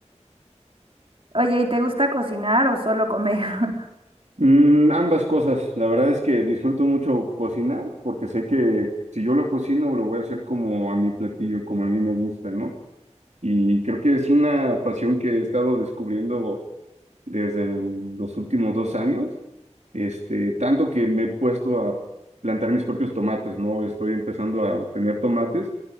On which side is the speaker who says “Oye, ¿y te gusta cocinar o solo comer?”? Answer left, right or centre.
Right